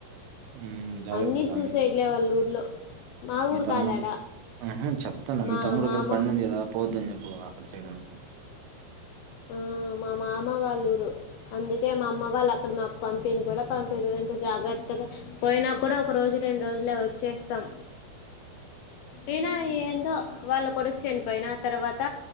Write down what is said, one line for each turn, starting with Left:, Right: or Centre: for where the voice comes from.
Right: హ్మ్ జాగ్రత్త
Left: అన్నీ
Right: స్వామి
Left: సూసైడ్లే వాళ్ళూర్లో మా
Right: మీ
Left: ఊరు
Right: తమ్ముడు
Left: కాదాడ
Right: ఆహా! చెప్తాను
Left: మా
Right: మీ తముడు
Left: మామ
Right: ఒకేళ బండుంది కదా పోవద్దని చెప్ ప్పు అక్కడ సైడ్ అందుకు
Left: ఆ మా మామ వాళ్ళూరు అందుకే మా అమ్మ వాళ్ళు అక్కడ మాకు పంపిని కూడా పంపీరు ఎంత జాగ్రత్తగా పోయినా కూడా ఒక రోజు రెండు రోజులే వచ్చేస్తాం అయినా ఏందో వాళ్ళ కొడుకు చనిపోయెనా తర్వాత